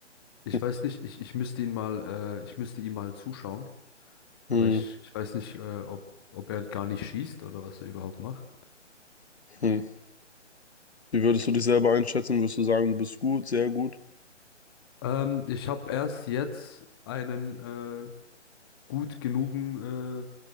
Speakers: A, on the left; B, on the left.
A: Ich
B: hm,
A: weiß nicht, ich, ich müsste ihn mal, äh, ich müsste ihm mal zuschauen,
B: hm.
A: aber ich, ich weiß nicht, äh, ob, ob er gar nicht schießt oder was er überhaupt macht.
B: Hm. Wie würdest du dich selber einschätzen? Würdest du sagen, du bist gut, sehr gut?
A: Ähm, ich habe erst jetzt einen äh, gut genugen äh,